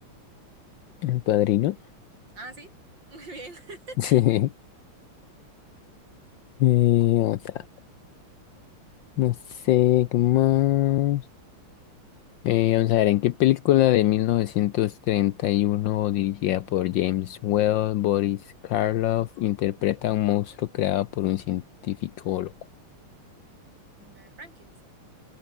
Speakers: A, on the left; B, on the right.
A: El padrino.
B: Ah, sí, muy bien. <laughs>
A: <laughs> Sí. Eh, otra. No sé qué más. Eh, vamos a ver, ¿en qué película de 1931, dirigida por James Whale, Boris Karloff, interpreta a un monstruo creado por un científico loco?
B: La de Frankenstein.